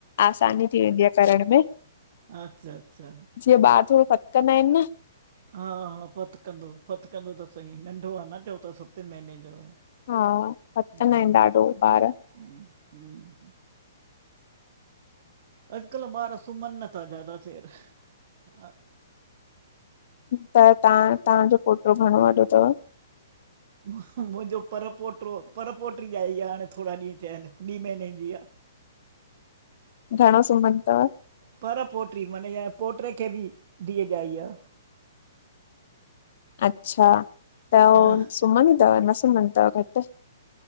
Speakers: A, on the left; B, on the right.
A: आसानी थी वेंदी आहे करण में।
B: अच्छा अच्छा।
A: जीअं ॿार थोरो, फथकंदा आहिन न
B: हा हा फतकंदो, फतकंदो त सही नंढो आ न चंओ ता सते महीने जो आ।
A: हा। फतकंदा
B: हम
A: आहिनि ॾाढो
B: ह
A: ॿार
B: हम <unintelligible> अॼकल्ह, ॿार सुमन नथा ज्यादा देर। ह
A: त तां तहांजो पोटो घणो वॾो थव?
B: मुंहिंजो पर पोटो पर पोटी ॼाई आ हाणे थोरा ॾींहं थिया आहिन, ॿीं महीने जी आ।
A: घणो? सुम्हंदो तव
B: पर पोटी मानये पोटे खे बि धीय ॼाई आ।
A: अच्छा, त हो
B: हा।
A: सुम्हंदी तव न सुम्हंदी तव घटि